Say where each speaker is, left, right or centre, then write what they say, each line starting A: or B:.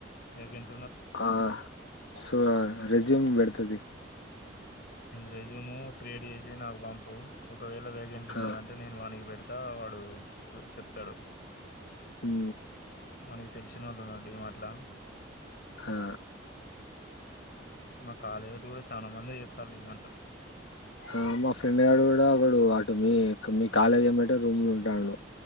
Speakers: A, on the left; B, on the left.
A: వికేన్సీ
B: ఆ సో ఆ రెజ్యూమ్ పెడతతి
A: రెజ్యూమ్ క్రియేట్ చేసి నాకు పంపు ఒకవేళ వెకేక్సి ఉన్నదంటే
B: ఆ
A: నేను వానికి పెడ్ త వాడు చెప్తాడు
B: హు
A: మనకి తెలిసినోళ్ళు ఉన్నడు డి మార్ట్ లా
B: హా
A: మా కాలేజొల్లు కూడా చానా మంది చే త్తరూ డీ మార్ట్ లా
B: ఆ మా ఫ్రెండ్ గాడు కూడా ఒకడు ఆటు మీ మీ కాలేజ్ ఏమ్మటే రూమ్ లో ఉం డాను